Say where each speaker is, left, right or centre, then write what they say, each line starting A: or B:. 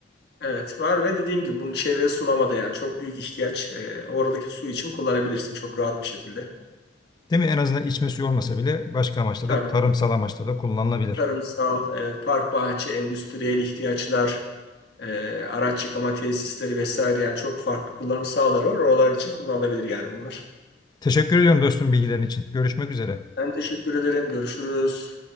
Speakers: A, on the left; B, on the left.
A: evet. Var ve dediğim gibi bunu çevre sulamada yani çok büyük ihtiyaç. Ee, oradaki su için kullanabilirsin çok rahat bir şekilde.
B: Değil mi? En azından içme suyu olmasa bile başka amaçla
A: Tabii.
B: da tarımsal amaçla da kullanılabilir.
A: Tarımsal, evet, park bahçe, endüstriyel ihtiyaçlar, e, araç yıkama tesisleri vesaire yani çok farklı kullanım sahaları var. Oralar için kullanılabilir yani bunlar.
B: Teşekkür ediyorum dostum bilgilerin için. Görüşmek üzere.
A: Ben teşekkür ederim. Görüşürüz.